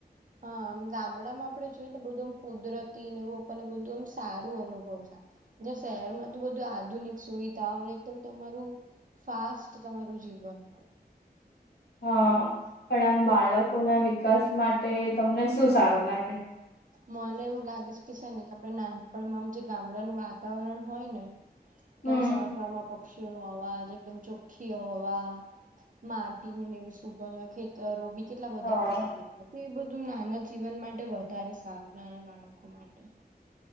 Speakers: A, on the right (about 55°); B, on the left (about 75°).
A: હા આમ ગામડામાં આપડે જોયએ ને બધું આમ કુદરતી ને એવું આપણને બધું એમ સારું અનુભવ થાય. શહેરમાં તો બધું આધુનિક સુવિધાઓ એકદમ તમારું ફાસ્ટ તમારું જીવન હોય.
B: હા પણ આમ બાળકો ના વિકાસ માટે તમને શું સારું લાગે
A: મને એવું લાગે છે કે છે ને કે આપડે નાનપણમાંમ જે ગામડાનું વાતાવરણ હોય ને કેમ
B: હમ
A: સવામાં પક્ષી અવાજ એકદમ ચોખ્ખી હવા માટી સુગ હોય ખેતરો બી કેટલા બધા
B: હા
A: હોય ગામડામાં તો એ બધું નાના જીવન માટે વધ ઘારે સારરને બાળકો માટે